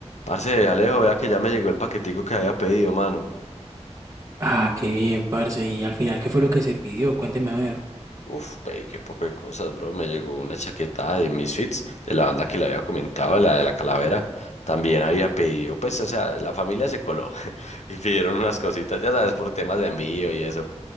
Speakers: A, on the left (about 80°); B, on the right (about 25°).
A: Parce, Alejo, vea que ya me llegó el paquetico que había pedido, mano.
B: Ah, qué bien, parce. ¿Y al final qué fue lo que se pidió? Cuénteme a ver.
A: Uf, pedí qué poco de cosas, bro. Me llegó una chaqueta de Misfits, de la banda que le había comentado, la de la calavera. También había pedido, pues, o sea, la familia se coló <laughs> y pidieron unas cositas, ya sabes, por temas de envío y eso.